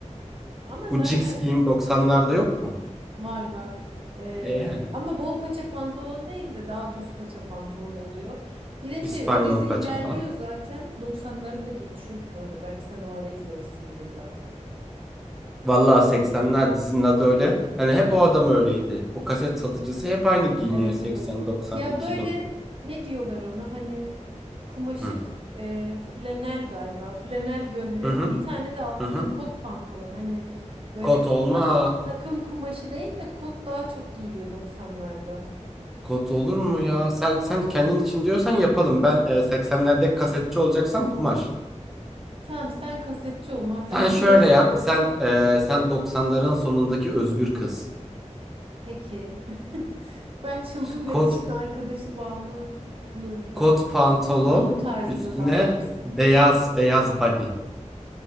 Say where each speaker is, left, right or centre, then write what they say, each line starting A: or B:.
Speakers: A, on the right; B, in the centre.
A: Ama zaten
B: bu Jigs giyim 90'larda yok mu?
A: Var var. Ee,
B: E yani
A: ama bol paça pantolon değil de daha düz paça pantolon oluyor. Bir de
B: İspanyol
A: şey o dizi
B: paça
A: ilerliyor
B: falan.
A: zaten. 90'lara da geçiyor sonra. Belki sen o ara izlemişsindir zaten.
B: Vallahi 80'ler dizinin adı öyle. Hani hep o adam öyleydi. O kaset satıcısı hep aynı giyiniyor
A: Evet
B: 80,
A: evet.
B: 90,
A: Ya
B: 2000.
A: böyle ne diyorlar ona hani kumaşı
B: Hı.
A: f- e, flanel galiba. Flanel gömlek.
B: Hı hı.
A: Bir tane de altına
B: Hı hı.
A: kot pantolon. Hani böyle
B: Kot olma.
A: tak- takım kumaşı değil de kot daha çok giyiliyor 90'larda.
B: Kot olur mu ya? Sen sen kendin için diyorsan yapalım. Ben e, 80'lerde kasetçi olacaksam kumaş.
A: Tamam sen kasetçi ol madem
B: Sen
A: bu
B: şöyle
A: kadar istiyorsun.
B: yap. Sen e, sen 90'ların sonundaki özgür kız.
A: Peki. <laughs> Ben çılgın
B: Kot
A: ve dişin arkadaşı Banu kılığında.
B: kot pantolon
A: Banu tarzında
B: üstüne
A: daha doğrusu.
B: beyaz beyaz body.